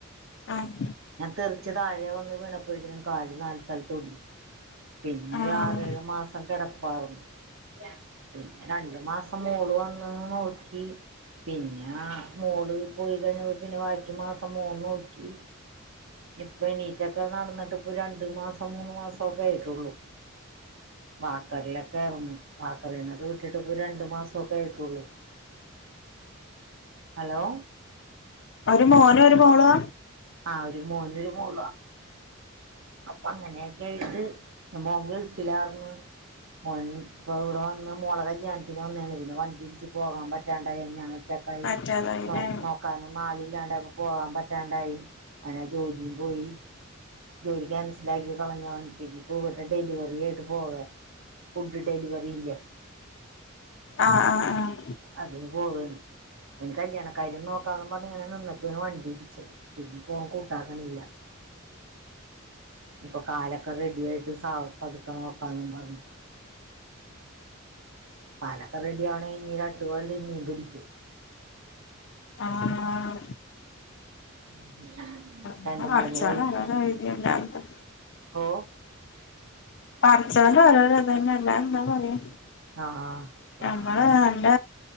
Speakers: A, on the left (about 60°); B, on the right (about 70°).
A: ആഹ്
B: ഞാൻ തെറ്ച് താഴെ വന്ന് വീണപ്പോയേകിനും കാല് നാല് സ്ഥലത്ത് ഒടിഞു പിന്നെ
A: ആഹ്
B: ആറേഴു മാസം കെടപ്പാർന്നു പിന്നെ രണ്ടു മാസം മോള് വന്ന്ന്ന് നോക്കി പിന്നാ മോള് പോയി കഴിഞ്ഞപ്പൊ പിന്നെ ബാക്കി മാസം മോൻ നോക്കി ഇപ്പ എണീറ്റൊക്കെ നടന്ന്ട്ട് ഇപ്പൊ രണ്ടു മാസം മൂന്ന് മാസം ഒക്കെ ആയിട്ടൊള്ളൂ വാക്കറിലൊക്കെ ഉം വാക്കറിന്നൊക്കെ വിട്ടിട്ട് ഇപ്പൊ രണ്ട് മാസൊക്കെ ആയിട്ടൊള്ളൂ
A: <inaudible>
B: ഹലോ
A: ഒരുമോനും മോളുവ
B: ആഹ് ഒരു മോനൊരു മോളു ആ അപ്പ അങ്ങനെയെക്കെ ആയിട്ട് മോൻ ഗൾഫിലാർന്നു മോന് ഇപ്പ ഇവടെ വന്ന് മോളകല്യാണത്തിന് വന്നാണ് പിന്നെ വണ്ടി ഇട്ച്ച് പോകാൻ പറ്റാണ്ടായ്ഞാ സ്റ്റാക്കായി
A: പറ്റാതായില്ലേ
B: നോ നോ ക്കാനൊന്നും ആളില്ലാണ്ടായപ്പൊ പോകാൻ പറ്റാണ്ടായി അങ്ങനെ ജോലിം പോയി ജോലി ക്യാൻസലാക്കി കളഞ്ഞവൻ പിന്നെ ഇപ്പൊ ഇവിടെ ഡെലിവറി ആയിട്ട് പോവെ ഫുഡ് ഡെലിവറി ഇല്ലേ
A: ആഹ് ആഹ് ആഹ്
B: അതിന് പോകാണ് അവന് കല്യാണക്കാര്യം നോക്കാന്നും പറഞ് ഇങ്ങനെ നിന്നപ്പേണ് വണ്ടി ഇട്ച്ചത് പിന്നിപ്പോൻ കൂട്ടാകണില്ല ഇപ്പൊ കാലൊക്കെ റെഡിയായിട്ട് സാവ് പതുക്ക നോക്കാന്നും പറഞ്ഞു കാലൊക്ക റെഡി ആവണെ ഇഞ്ഞി രണ്ട് കൊല്ലം ഇഞ്ഞി പിടിക്കും
A: ആഹ് ആഹ്
B: <unintelligible>
A: പിന്നെ പടചോന്
B: കൊല്ലം
A: ഹലാലായത് എല്ലാവർക്കും
B: ഓ
A: പടച്ചോന് ഓരോരതന്നെ അല്ലാ എന്താ പറയാ
B: ആഹ്
A: ഞങ്ങള്
B: ആഹ് അങ്ങനെ
A: നല്ല